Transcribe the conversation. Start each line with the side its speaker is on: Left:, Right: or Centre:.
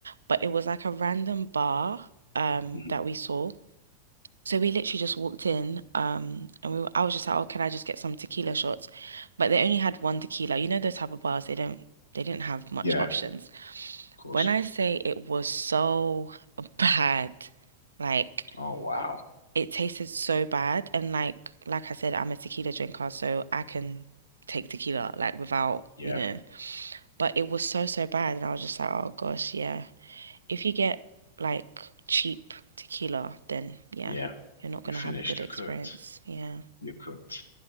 Right: but it was like a random bar um
Left: hmm
Right: that we saw. So we literally just walked in, um, and we were, I was just like, oh, can I just get some tequila shots? But they only had one tequila. You know those type of bars, they don't they didn't have much
Left: Yeah,
Right: options.
Left: of course.
Right: When I say it was so <laughs> bad. Like
Left: Oh wow.
Right: it tasted so bad. And like like I said, I'm a tequila drinker, so I can take tequila like without,
Left: Yeah,
Right: you know. But it was so so bad, and I was just like, oh gosh, yeah. If you get like cheap tequila, then yeah,
Left: yeah.
Right: you're not
Left: You're
Right: gonna
Left: finished.
Right: have a good
Left: You're
Right: experience.
Left: cooked.
Right: Yeah.
Left: You're cooked.